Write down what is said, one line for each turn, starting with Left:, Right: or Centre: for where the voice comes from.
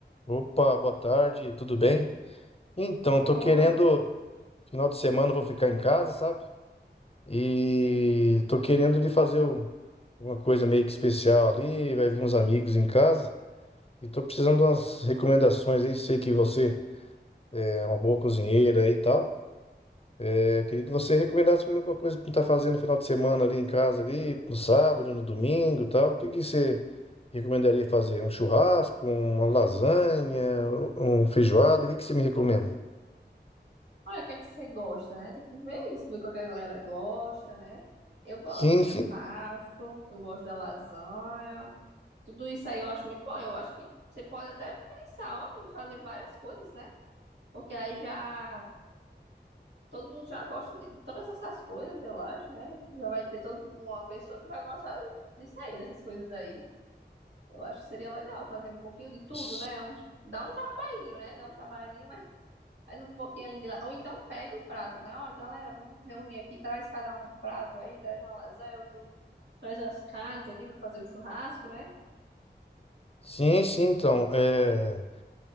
Left: Opa, boa tarde, tudo bem? Então, tô
Right: Olha,
Left: querendo, final de semana eu vou ficar em casa, sabe? E tô querendo de fazer um- uma coisa meio que especial ali, vai vir uns amigos em casa. E tô precisando de umas recomendações aí, sei que você é uma boa cozinheira aí e tal. É, eu queria que você recomendasse pra mim alguma coisa pra estar fazendo no final de semana ali em casa, ali, no sábado, no domingo e tal. O que que você recomendaria fazer? Um churrasco, uma lasanha, um feijoada? O que que você me recomenda?
Right: olha o que é que você gosta, né? Tem que ver isso, ver o que a galera gosta, né? Eu gosto
Left: Sim,
Right: do churrasco,
Left: sim.
Right: eu gosto da lasanha, tudo isso aí eu acho muito bom. Eu acho que você pode até pensar, ó, em fazer várias coisas, né? Porque aí já todo mundo já gosta de todas essas coisas, eu acho, né? Já vai ter toda uma pessoa que vai gostar disso aí, dessas coisas aí. Eu acho que seria legal fazer um pouquinho de tudo,
Left: S-
Right: né? Um, dá um trabalhinho, né? Dá um trabalhinho, Faz um pouquinho ali de lá. Ou então pede o prato, né? Olha, galera, vamos reunir aqui, traz cada um um prato aí, traz uma lasanha, outro traz as carnes aqui para fazer o churrasco, né?
Left: Sim, sim, então. É...